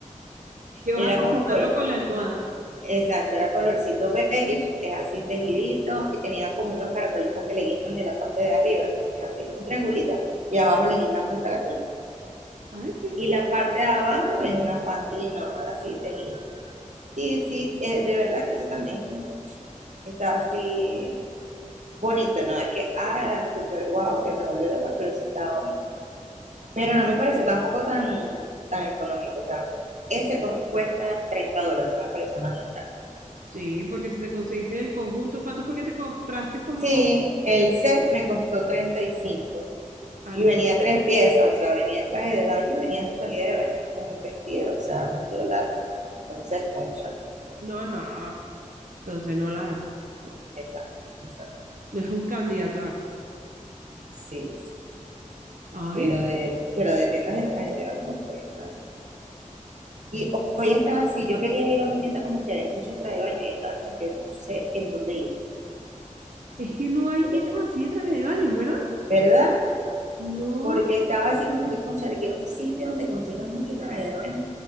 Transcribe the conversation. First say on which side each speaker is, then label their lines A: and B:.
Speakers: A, on the right; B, on the right.
A: Que vas
B: Era
A: a consultarlo
B: como, col-
A: con la almohada.
B: exacto, era colorcito beige, es así tejidito y tenía como unos caracolitos que le guindan de la parte de arriba. Es así, un triangulito y abajo le guindan unos caracolitos.
A: Ay, qué fino.
B: y la parte de abajo es una panty normal, así tejida. Sí, sí, eh, de verdad que eso también está así bonito, no es que, ah, súper guau, que me volvió loca, pero sí está bonito. Pero no me pareció tampoco tan, tan económico, o sea, ese co- cuesta 30 dólares, me pareció más bien caro.
A: Sí, porque si te conseguiste el conjunto, ¿cuánto fue que te compraste como?
B: Sí, el set me costó 35 y cinco
A: Ah,
B: y
A: no,
B: venía tres piezas, o sea, venía el traje de baño y venía su salida de baño, que es como un vestido, o sea, un vestido largo. Entonces, concha,
A: no, no. Entonces no la da. No,
B: esa, esa
A: no es un candidato a acto.
B: Sí, sí, sí.
A: Ay,
B: Pero de, pero de tiendas de traje de baño, pues. ah. Y ho- hoy estaba así, yo quería ir a una tienda como que de muchos trajes de baño y estaba como que no sé en dónde ir.
A: es que no hay
B: O
A: tiendas
B: sea,
A: así de traje de baños, ¿verdad?
B: ¿verdad?
A: No.
B: Porque estaba así como que, concha, le quiero un sitio donde consigas mucho traje de baño.